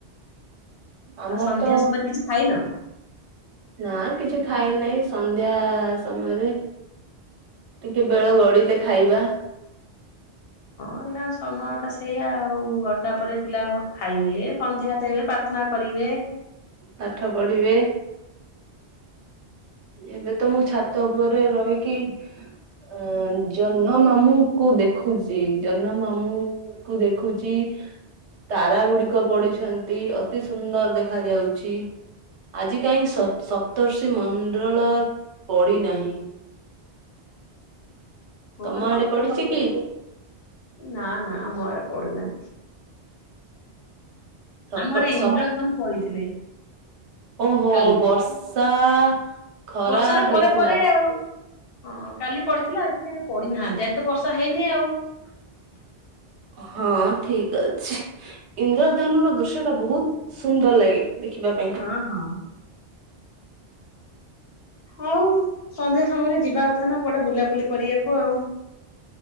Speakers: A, on the right; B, on the left.
A: ଆମର
B: ଆଉ ସନ୍ଧ୍ୟା
A: ତ
B: ସମୟରେ କିଛି ଖାଇନ?
A: ନା କିଛି ଖାଇନେଇ ସନ୍ଧ୍ୟା ସମୟରେ। ଟିକେ ବେଳ ଗଡିଲେ ଖାଇବା।
B: କହିଁନା ସମୟଟା ସେଇଆ ଆଉ ଗରଟା ପରେ ପିଲା ଖାଇବେ ସନ୍ଧ୍ୟା ଦେବେ ପ୍ରାର୍ଥନା କରିବେ।
A: ପାଠ ପଢିବେ। ଏବେ ତ ମୁଁ ଛାତ ଉପରେ ରହିକି ଅଁ ଜନ୍ହ ମାମୁଁ କୁ ଦେଖୁଚି ଜନ୍ହ ମାମୁଁ କୁ ଦେଖୁଚି ତାରାଗୁଡିକ ପଡିଛନ୍ତି। ଅତି ସୁନ୍ଦର୍ ଦେଖାଯାଉଛି ଆଜି କାଇଁ ସପ୍ତର୍ଷି ମଁ ଅଣ୍ଡଳ ପଡିନାହିଁ।
B: ହଁ
A: ତମ
B: ସପ୍ତର୍ଷି
A: ଆଡେ ପଡିଛି
B: ମଣ୍ଡଳ
A: କି?
B: ନାନା ଆମ ଆଡ଼େ ପଡ଼ିନାହାନ୍ତି
A: ସପ
B: ଆମ ଆଡେ ଇନ୍ଦ୍ରଧନୁ
A: ସପ
B: ପଡିଥିଲେ।
A: ଓହୋ
B: କାଲି
A: ବର୍ଷା ଖରା
B: ବର୍ଷାର
A: ହେଇଥିଲା
B: ପରେ ପରେ ଆଉ ହଁ କାଲି ପଡିଥିଲା ଆଜି କାଇଁ ପଡିନାହାନ୍ତି ଆଜି ତ ବର୍ଷା ହେଇନି ଆଉ। ହ <unintelligible>
A: ହଁ ଠିକ୍ ଅଛି। ଇନ୍ଦ୍ରଧନୁର ଦୃଶ୍ୟ ଟା ବୋହୁତ୍ ସୁନ୍ଦର୍ ଲାଗେ ଦେଖିବା ପାଇଁ।
B: ହଁ ହଁ। ଆଉ ସନ୍ଧ୍ୟା ସମୟରେ ଯିବା କଥା ନା କୁଆଟା ବୁଲାବୁଲି କରିବାକୁ ଆଉ।